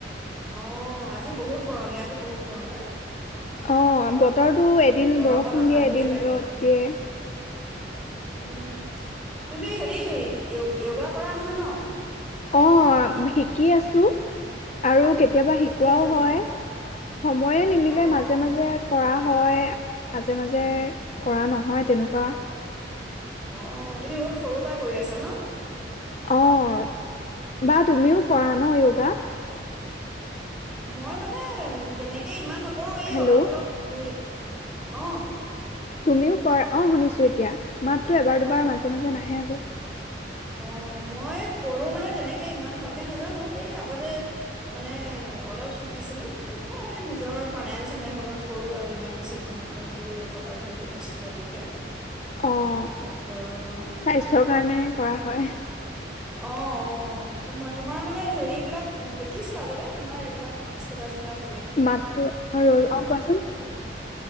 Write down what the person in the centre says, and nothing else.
অ', আজি বহুত গৰম ইয়াতো বহুত গৰম পায়।
গৰমত
অশান্তিয়ে
লাগে
অ',
উম, তুমি হেৰি য়োগ-য়োগা কৰা নহয় ন'?
অ', শিকি
আছা
ন?
অ
অ', তুমি বহুত সৰু পৰাই কৰি আছা ন'?
মই মানে, তেনেকে ইমান নক কৰোঁ এই,
অলপ অলপ য়ে অহ।
অ
অ
অ', মই কৰোঁ মানে তেনেকেই। ইমান ভালকে নাজানো। এই আগতে মানে অলপ শিকিছিলোঁ। এতিয়া হ'লে নিজৰ প্ৰাণায়াম চণায়াম অলপ কৰোঁ আৰু। ইমান বেছি নহয় অনুলোম বিলোম, কপালভাতি, ভস্ত্ৰিকা তেনেকে।
সেইবিলাক কৰো
অহ, অহ। তোমা-তোমাৰ মানে হেৰিবিলাক দেখিছোঁ আগতে, তোমাৰ এইবিলাক ষ্টেটাছবিলাক।
অ',